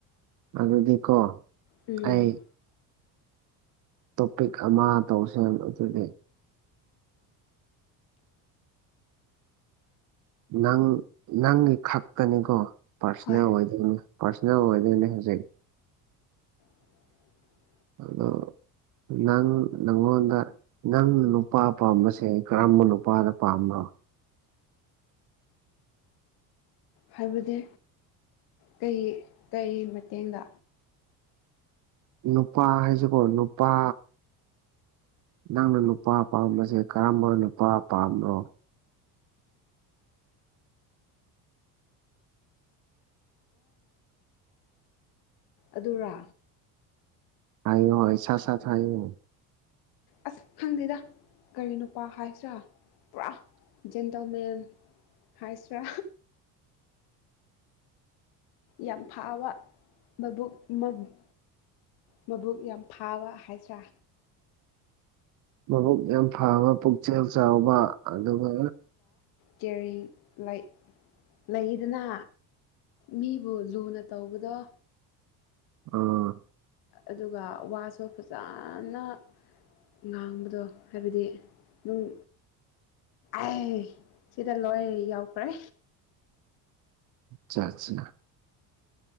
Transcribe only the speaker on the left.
ꯎꯝ
ꯍꯣꯏ
<inaudible> <unintelligible>
ꯍꯥꯏꯕꯗꯤ ꯀꯩ ꯀꯩ ꯃꯇꯦꯡꯗ
ꯑꯗꯨꯔ
ꯑꯁ ꯈꯪꯗꯦꯗ ꯀꯔꯤ ꯅꯨꯄꯥ ꯍꯥꯏꯁ꯭ꯔꯥ ꯄꯨꯔꯥ ꯖꯦꯟꯇꯜꯃꯦꯟꯠ ꯍꯥꯏꯁ꯭ꯔꯥ ꯌꯥꯝ ꯐꯥꯕ ꯃꯕꯨꯛ ꯃꯕ ꯑꯁꯁ ꯃꯕꯨꯛ ꯌꯥꯝ ꯐꯥꯕ ꯍꯥꯏꯖ꯭ꯔꯥ
ꯀꯦꯔꯤꯡ ꯂꯩ ꯂꯩꯗꯅ ꯃꯤꯕꯨ ꯂꯨꯅ ꯇꯧꯕꯗꯣ꯫
ꯑꯗꯨꯒ ꯋꯥꯁꯨ ꯐꯖꯅ ꯉꯥꯡꯕꯗꯣ ꯍꯥꯏꯕꯗꯤ ꯅꯨꯡ ꯑꯥꯏ ꯁꯤꯗ ꯂꯣꯏ ꯌꯥꯎꯈ꯭ꯔꯦ